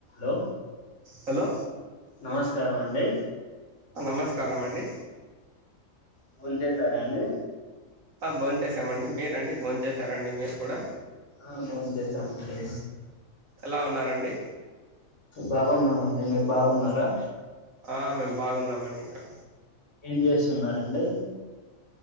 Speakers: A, on the left; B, on the right.
A: లో
B: హలో
A: నమస్కార్ మండి.
B: నమస్కారం అండి.
A: ఫోన్ చేసారా అండి.
B: భోన్ చేసామండి మీరండి బోంన్ చేసారాఅండి మీరు కూడా
A: ఆ బోన్ చేసామండి.
B: ఎలా ఉన్నారండి.
A: బాగున్నామండి మీరు బాగున్నారా?
B: ఆ మేము బాగున్నామండి ఇక్కడ.
A: ఏం చేస్తున్నారండి.